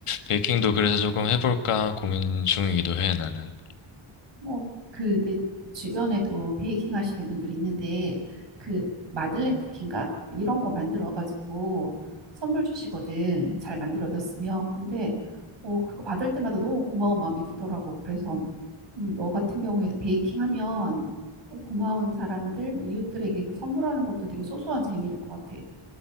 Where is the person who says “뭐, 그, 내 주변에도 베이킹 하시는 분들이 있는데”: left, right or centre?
Right